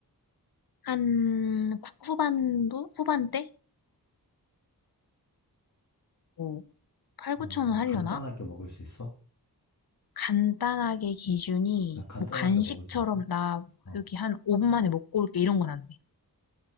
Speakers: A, on the left; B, on the left.
A: 한, 구- 후반도? 후반대? 뭐, 8,
B: 그러면
A: 9천 원 하려나?
B: 간단하게 먹을 수 있어?
A: 간단하게 기준이,
B: 아, 간단하게
A: 뭐, 간식처럼,
B: 먹을 수 있어?
A: 나,
B: 어.
A: 여기 한 5분 만에 먹고 올게, 이런 건 안 돼.